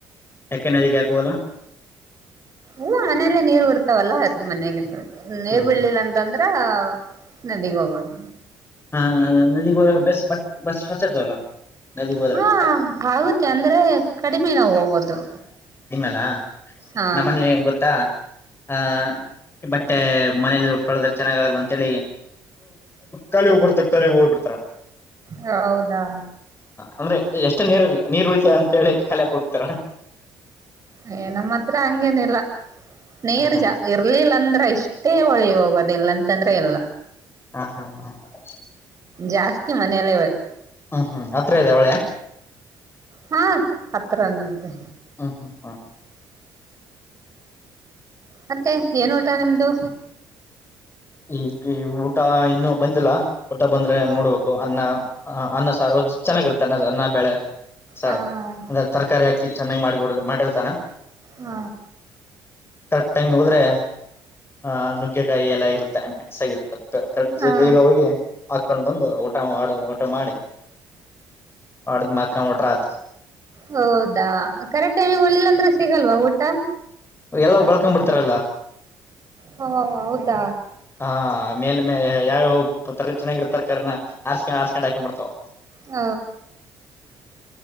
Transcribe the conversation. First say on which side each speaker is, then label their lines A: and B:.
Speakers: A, on the left (about 25°); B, on the right (about 40°).
A: ಯಾಕೆ ನದಿಗ್ ಯಾಕ್ ಹೋಗಲ್ಲ?
B: ಊಂ ಮನೆಲೆ ನೀರ್ ಬಿಡ್ತಾವಲ್ಲ ಅದ್ ಮನೆಗೆ ತೊಳ್ ನೀರ್
A: ಹ್ಮ್
B: ಬಿಡ್ಲಿಲ್ಲ ಅಂತಂದ್ರ ನದಿಗ್ ಹೋಗೊದು.
A: ಹಾಂ ನದಿಗೋದ್ರೆ ಬೆಸ್ಟ್ ಬಟ್ ಬಸ್ ಹೊಸದಲ್ಲ ನದಿಗೆ ಹೋದ್ರೆ
B: ಹಾಂ
A: ಬಟ್ಟೆ
B: ಆಗುತ್ತೆ ಅಂದ್ರೆ ಕಡಿಮೆ ನಾವ್ ಹೋಗೋದು.
A: <unintelligible>
B: ಹಾ
A: ನಮ್ಮನೆಲಿ ಏನ್ ಗೊತ್ತಾ ಹ ಬಟ್ಟೆ ಮನೇಲಿ ಉಟ್ಕಳದರ್ ಚೆನ್ನಾಗ್ ಆಗಲ್ಲ ಅಂತೇಳಿ ಕಲಿ ಹೋಬಿಡ್ತ ಕಲಿ ಹೋಗ್ ಬಿಡ್ತಾರ.
B: ಹೌದಾ.
A: ಅಂದ್ರೆ ಎಷ್ಟು ನೀರ್ ನೀರು ಉಳಿತೇವ ಅಂತ ಹೇಳಿ ಖಾಲಿಕ್ ಹೋಗ್ತಾರ.
B: ಏಯ್ ನಮ್ಮತ್ರ ಹಂಗೇನಿಲ್ಲ. ನೀರು
A: ಹಾ
B: ಜಾ, ಇರ್ಲಿಲ್ಲ ಅಂದ್ರೆ. ಎಷ್ಟೇ ಒಳಿಗ್ ಹೋಗೋದಿಲ್ಲಾ ಅಂತಂದ್ರೆ ಇಲ್ಲ.
A: ಹಾ ಹಾ ಹ.
B: ಜಾಸ್ತಿ ಮನೆಯಲ್ಲೇ ಇವಾಗ.
A: ಹ್ಮ್ ಹ್ಮ್ ಹತ್ರ ಇದೆ ಹೊಳೆ?
B: ಹಾ ಹತ್ರನೇ ಇದೆ.
A: ಹ್ಮ ಹ್ಮ್ ಹ್ಮ.
B: ಮತ್ತೆ ಏನ್ ಊಟ ನಿಮ್ದು?
A: ಈಗ ಊಟ ಇನ್ನೂ ಬಂದಿಲ್ಲ. ಊಟ ಬಂದ್ರೆ
B: ಹಾ
A: ನೋಡ್ಬೇಕು, ಅನ್ನ ಹ, ಅನ್ನ ಸಾರು, ಚೆನ್ನಾಗಿರ್ತೆ ಅನ್ನ, ಅನ್ನ ಬೇಳೆ. ಸಾರು
B: ಹ
A: ಅಂದ್ರೆ ತರಕಾರಿ ಹಾಕ ಚೆನ್ನಾಗಿ ಮಾಡಿಕೊಡೋದು, ಮಾಡಿರ್ತಾನ.
B: ಹ್ಮ.
A: ಕರೆಕ್ಟ್ ಟೈಮ್ಗೆ ಹೋದ್ರೆ ಹ, ನುಗ್ಗೆಕಾಯಿ ಎಲ್ಲ ಇರುತ್ತೆ ಮಿಕ್ಸಗಿರ್ತದೆ. <unintelligible>
B: ಹಾ
A: ಬೇಗ ಹೋಗಿ ಹಾಕೊಂಡು. ಬಂದು ಊಟ ಮಾಡಿ ಓಟು ಮಾಡಿ ಹೊಡದ್ ಮಾಡ್ಕೊಂಡ್ಬಿಟ್ರ ಆತ
B: ಹೌದಾ ಕರೆಕ್ಟ್ ಟೈಮಿಗೆ ಹೋಗ್ಲಿಲ್ಲ ಅಂದ್ರೆ ಸಿ ಸಿಗಲ್ವಾ ಊಟ?
A: ಎಲ್ಲವು ಬಳ್ಳುಕಂ ಬಿಡ್ತಾರಲ್ಲ.
B: ಹ ಹೌದಾ.
A: ಹ ಮೇಲ್ ಮೇಲೆ ಎಲ್ಲಾ <unintelligible> ಚೆನ್ನಾಗಿರು ತರಕಾರಿನ ಆರ್ಸ್ಕೊಂಡ್ ಆರ್ಸ್ಕೊಂಡ ಹಾಕೊಂಡ್ ಬಿಡ್ತಾರಾ.
B: ಹ.